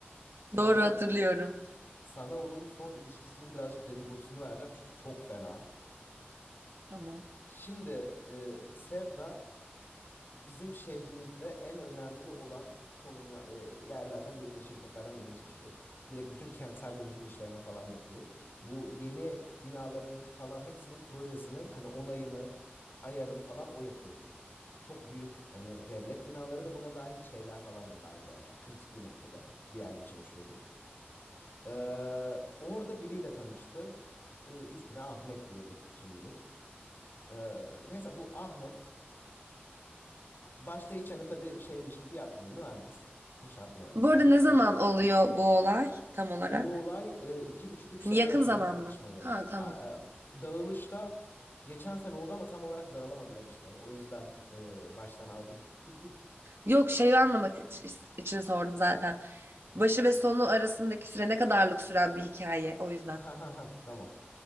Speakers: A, on the left; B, on the right.
A: Sana
B: Doğru hatırlıyorum.
A: sana onun son ilişkisinin birazcık dedikodusunu vereceğim çünkü çok fena.
B: Tamam.
A: Şimdi e, Sevda bizim şehrimizde en önemli olan konumla e, yerlerden birinde, şirketlerden birinde çalışıyor. Direkt bütün kentsel dönüşüm işlerine falan bakıyor. Bu yeni binaların falan hepsinin projesini hani onayını, ayarını falan o yapıyordu. Çok büyük hani devlet binaları da buna dahil şeyler falan da dahil yani çok kritik bir noktada bir yerde çalışıyordu. Ee, orada biriyle tanıştı. Ee, ismini Ahmet diyelim şimdilik. Ee, neyse bu Ahmet Başta hiç hani tabii şeymiş gibi yapmıyor. Mühendis, inşaat mühendisi
B: Bu arada
A: bir
B: ne zaman
A: çocuk.
B: oluyor bu olay tam olarak?
A: Bu olay e, iki buçuk üç sene
B: Hani yakın
A: önce
B: zaman
A: tanışmaları.
B: mı? Ha tamam.
A: A- a- dağılışta geçen sene oldu ama tam olarak dağılamadılar işte. O yüzden e, baştan aldım. <laughs>
B: Yok şeyi anlamak iç- için sordum zaten. Başı ve sonu arasındaki süre ne kadarlık süren bir hikaye o yüzden.
A: Ha ha ha tamam.